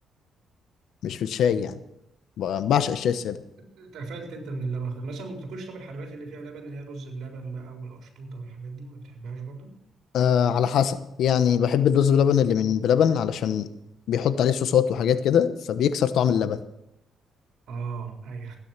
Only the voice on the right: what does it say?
اتقفلت انت من اللبن خالص. مثلا ما بتاكلش طب الحلويات اللي فيها لبن اللي هي رز بلبن بقى والقشطوطه والحاجات دي ما بتحبهاش برضو
اه ايوه